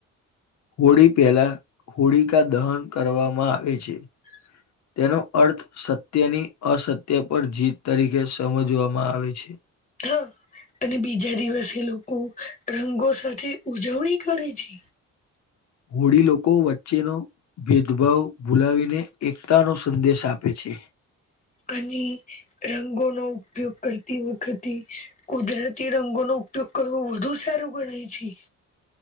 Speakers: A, on the left; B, on the left.
A: હોળી પહેલા હોળિકા દહન કરવામાં આવે છે.
B: <inaudible>
A: તેનો અર્થ સત્યની, અસત્ય પર જીત તરીકે સમજવામાં આવે છે.
B: હા, અને બીજા દિવસે લોકો રંગો સાથે ઉજવણી કરે છે.
A: હોળી લોકો વચ્ચેનો ભેદભાવ ભૂલાવીને એકતા નો સંદેશ આપે છે
B: અને રંગોનો ઉપયોગ કરતી વખતે કુદરતી રંગોનો ઉપયોગ કરવો વધુ સારું ગણાય છે